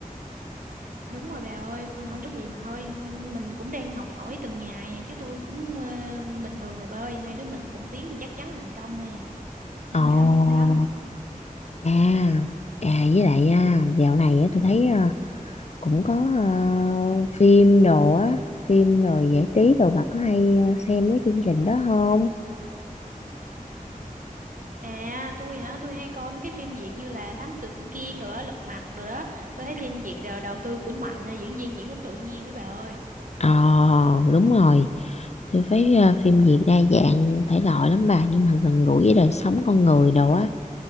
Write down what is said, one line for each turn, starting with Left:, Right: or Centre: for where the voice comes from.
Right: À, đúng rồi bà ơi không có gì mà thôi mình cũng đang học hỏi từng ngày à, chứ tôi cũng ờ, bình thường rồi bà ơi hai đứa mình cùng tiến thì chắc chắn là thành công thôi à yên
Left: Ồ,
Right: tâm yên tâm
Left: à, à với lại à, dạo này á, tôi thấy ờ, cũng có ờ, phim đồ á phim rồi giải trí đồ bà có hay ờ, xem mấy chương trình đó không
Right: à tôi hả tôi hay coi mấy cái phim Việt như là Thám Tử Kiên rồi đó Lật Mặt rồi đó tôi thấy phim Việt đều đầu tư cũng mạnh à, diễn viên diễn cũng tự nhiên đó bà ơi
Left: Ồ đúng rồi tôi thấy ờ, phim Việt đa dạng thể loại lắm bà nhưng mà gần gũi với đời sống con người đồ á